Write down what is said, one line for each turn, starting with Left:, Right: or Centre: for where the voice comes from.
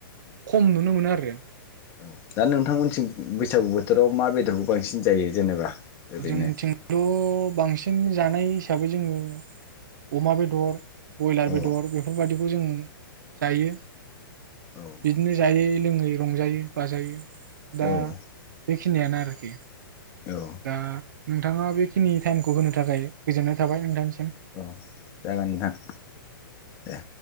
Left: औ
Right: खम नुनो मोनो आरो।
Left: औ दा नोंथांमोनथिं बैसागु बोथोराव माबायदि खौ बांसिन जायो जेनेबा? ओरैनो
Right: जोंथिंथ' बांसिन जानाय हिसाबै जोङो अमा बेदर बयलार
Left: औ
Right: बेदर बेफोरबायदिखौ खौ जों जायो
Left: औ
Right: बिदिनो जायै-लोङै रंजायो बाजायो दा
Left: औ
Right: बेखिनियानो आरोखि।
Left: औ
Right: दा नोंथाङा बेखिनि टाइमखौ होनो थाखाय गोजोननाय थाबाय नोंथांनिसि
Left: औ जागोन नोंथां दे।